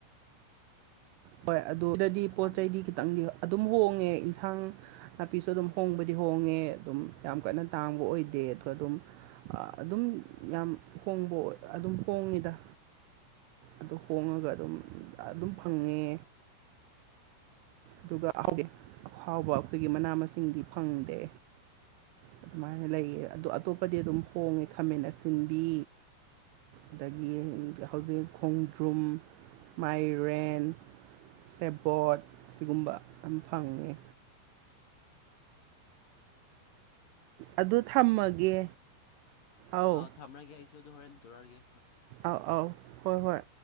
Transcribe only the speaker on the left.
ꯇꯥꯡꯉꯦ
ꯑ ꯊꯝꯃꯔꯥꯒꯦ ꯍꯥꯏꯁꯁꯨ ꯑꯗꯨ ꯍꯣꯔꯔꯦꯟ ꯇꯧꯔꯥꯔꯒꯦ